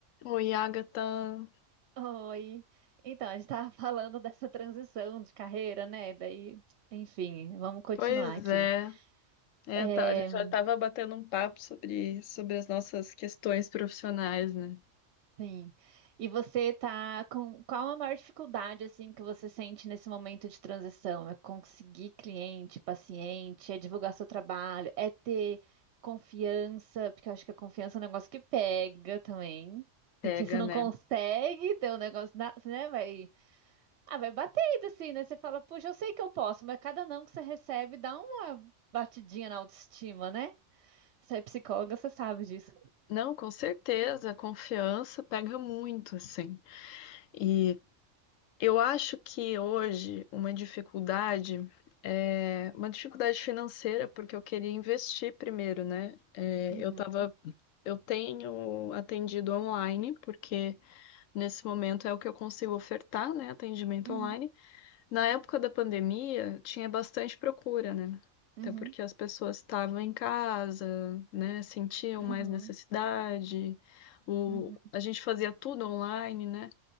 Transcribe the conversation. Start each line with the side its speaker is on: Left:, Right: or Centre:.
Left: Oi, Agatha.
Right: Oi. Então, a gente estava <laughs> falando dessa transição de carreira, né? Daí, enfim, vamos continuar
Left: Pois
Right: aqui.
Left: é. É,
Right: É,
Left: tá- a gente já estava batendo um papo sobre, sobre as nossas questões profissionais, né?
Right: sim. E você tá com qual a maior dificuldade assim que você sente nesse momento de transição? É conseguir cliente, paciente, é divulgar seu trabalho, é ter confiança, porque eu acho que a confiança é um negócio que pega também.
Left: Pega,
Right: Porque você não
Left: né?
Right: consegue ter um negócio, na- né? Vai Ah, vai batendo assim, né? Você fala, puxa, eu sei que eu posso, mas cada não que você recebe dá uma batidinha na autoestima, né? Você é psicóloga, você sabe disso.
Left: Não, com certeza, a confiança pega muito, assim. E eu acho que hoje uma dificuldade é uma dificuldade financeira, porque eu queria investir primeiro, né? É,
Right: Uhum,
Left: eu tava, eu tenho atendido online, porque nesse momento é o que eu consigo ofertar, né? Atendimento
Right: uhum,
Left: online. Na época da pandemia, tinha bastante procura, né?
Right: uhum,
Left: Até porque as pessoas estavam em casa, né? Sentiam
Right: uhum,
Left: mais necessidade. O...
Right: uhum,
Left: A gente fazia tudo online, né?